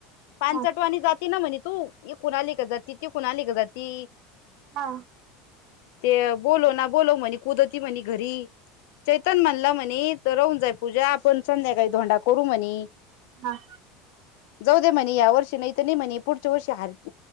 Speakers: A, on the left; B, on the right.
A: पाणचाटवाणी
B: हा
A: जाते ना म्हणे तू ये कुणालीिक जाती ती कुणाली का जाती
B: हा
A: ते बोलो ना बोलो म्हणे कुदती म्हणे घरी चैतन म्हणला म्हणे तर राहन जाय पूजा आपण संध्याकाळी धोंडा करू म्हणे
B: हा.
A: जाऊ दे म्हणे या वर्षी नाही तर नाही म्हणे पुढच्या वर्षी हाय